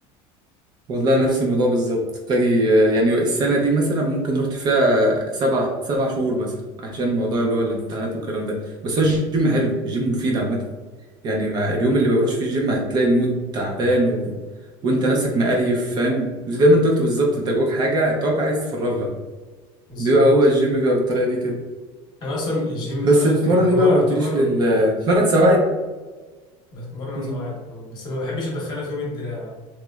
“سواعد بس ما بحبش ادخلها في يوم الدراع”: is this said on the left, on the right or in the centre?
Left